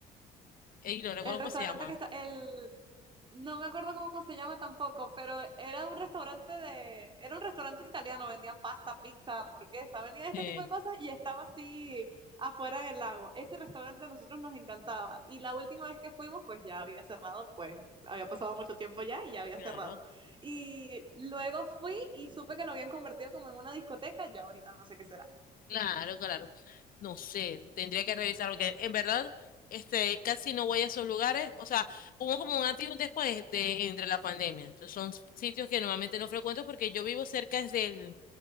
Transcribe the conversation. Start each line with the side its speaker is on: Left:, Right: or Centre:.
Left: Eh, y no recuerdo
Right: El restaurante
Left: cómo se llama.
Right: que está, el, No me acuerdo cómo se llama tampoco, pero era un restaurante de, era un restaurante italiano, vendían pasta, pizza, hamburguesa, vendían este
Left: Sí,
Right: tipo de cosas y estaba así afuera en el lago. Ese restaurante a nosotros nos encantaba y la última vez que fuimos pues ya había cerrado, pues había pasado mucho tiempo ya y ya había
Left: claro.
Right: cerrado. Y luego fui y supe que lo habían convertido como en una discoteca, ya ahorita no sé qué será.
Left: Claro, claro. No sé, tendría que revisar porque en verdad este casi no voy a esos lugares, o sea, hubo como un antes y un después de entre la pandemia. Entonces, son sitios que normalmente no frecuento porque yo vivo cerca es del